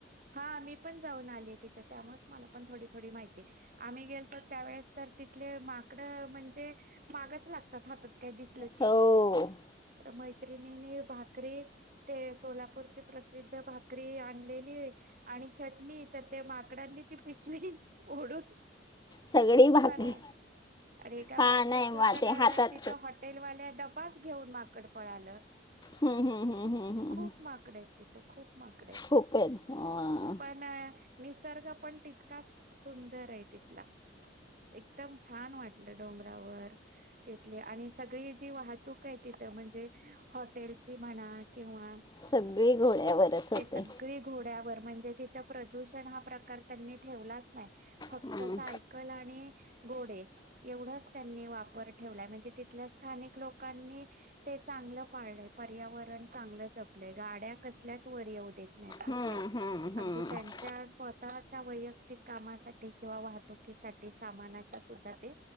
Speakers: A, on the right; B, on the left.
A: हा मी पणं जाऊन आलीय तिथं, त्यामुळेच मला पण थोडी थोडी माहिती हाय. आम्ही गेलो त्यावेळेस तर तिथले माकडं म्हणजे मागच ला <inaudible> काय दिसलं की,
B: हो
A: म त्रिणीने भाकरी, ते सोलापूरची प्रसिद्ध भाकरी आणलेली आणि चटणी, तर ते माकडांनी ती पिशवी ओढून
B: सगळी भाकरी,
A: फरार आणि एका
B: हा
A: माणसाचं
B: नाही, म
A: तर
B: ते हातात
A: तिथं हॉटेलवाल्या डबा घेऊन माकड पळालं.
B: हम्म, हम्म, हम्म, हम्म, हम्म.
A: खूप माकडं हायत तिथं, खूप माकडं हायत,
B: खूप आहेत वा,
A: पण अ निसर्ग पण तिथ काच सुंदर हाय तिथला. एकदम छान वाटलं डोंगरावर, ते आणि सगळी जी वाहतूक आहे तिथं म्हणजे हॉटेलची म्हणा, किंवा
B: सगळी घोड्यावरच होते
A: ते सगळे घोड्यावर म्हणजे तिथं प्रदूषण हा प्रकार त्यांनी ठेवलाच नाही. फक्त
B: हम्म,
A: सायकल आणि घोडे एवढंच त्यांनी वापर ठेवलाय म्ह ते तिथल्या स्थानिक लोकांनी ते चांगलं पाळलंय पर्यावरण चांगलं जपलंय गाड्या कसल्याच वर येऊ देत नाहीत कुठल्याच.
B: हम्म, हम्म,
A: अगदी
B: हम्म.
A: त्यांच्या स्वतःच्या वैयक्तिक कामासाठी किंवा वाहतुकीसाठी सामानाचा सुद्धा ते